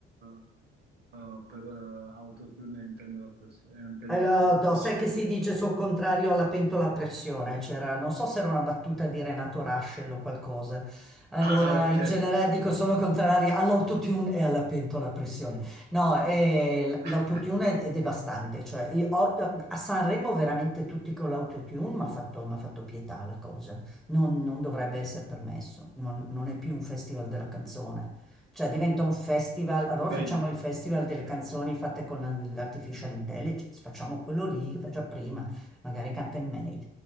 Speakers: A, on the right (about 35°); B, in the centre.
A: eh, eh, per eh, autotune in pentola a pres- eh, in pentola
B: Allora,
A: a pressione?
B: no, sai che si dice sul contrario alla pentola a pressione? C'era, non so se era una battuta di Renato Rascel o qualcosa. Allora,
A: Ah, ok,
B: in generale
A: ho capito.
B: dico sono contraria all'autotune e alla pentola a pressione. No, eh, l-
A: <laughs>
B: l'autotune è, è devastante. Cioè, io ho- a Sanremo veramente tutti con l'autotune mi ha fatto, m'ha fatto pietà la cosa. Non, non dovrebbe essere permesso. non non è più un festival della canzone. Cioè diventa un festival, allora
A: Beh,
B: facciamo
A: in eff-
B: il festival
A: in effetti.
B: delle canzoni fatte con la- l'artificial intelligence, facciamo quello lì che faccio prima, magari canta in May,